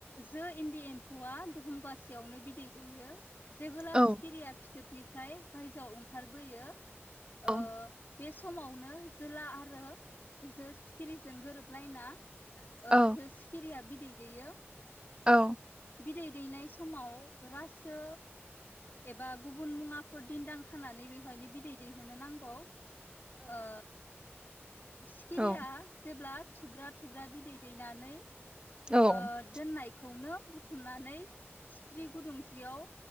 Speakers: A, on the left; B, on the right.
A: जो इन्दि एम्फौआ दहमगासेयावनो बिदै दैयो जेबोला
B: औ
A: सिखिरिया फिथो फाथोबनिफ्राय बायजोआव ओंखारबोयो।
B: औ
A: ओ। बे समावनो जोला आरो जो सिखिरिजों गोरोबलायना ओ
B: औ
A: जो सिकिरिया बि बिदै दैयो।
B: औ।
A: बिदै दैनाय समाव रासो एबा गुबुन मुवाफोर दिनदां खानानै बेवहायनो बिदै दैहोनो नांगौ। ओ। सिखिरिया
B: औ
A: जेब्ला थुब्रा थुब्रा बिदै दैनानै ओ
B: औ
A: दोननाय खौनो बुथुमनानै हिस्रि गुदुंसेयाव